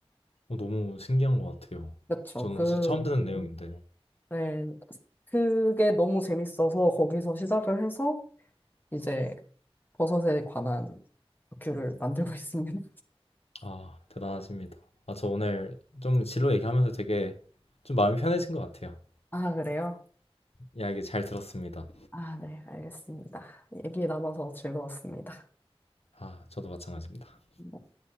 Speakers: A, on the left (about 80°); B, on the left (about 20°).
A: 어, 너무 신기한 것 같아요.
B: 그렇죠.
A: 저는
B: 그,
A: 사실 처음 듣는 내용인데.
B: 네. 그게 너무 재밌어서 거기서 시작을 해서 이제 버섯에 관한 다큐를 만들고 <laughs> 있습니다.
A: 아, 대단하십니다. 아, 저 오늘 좀 진로 얘기하면서 되게 좀 마음이 편해진 것 같아요.
B: 아, 그래요?
A: 이야기 잘 들었습니다.
B: 아, 네, 알겠습니다. 얘기 나눠서 즐거웠습니다.
A: 아, 저도 마찬가지입니다.
B: 네.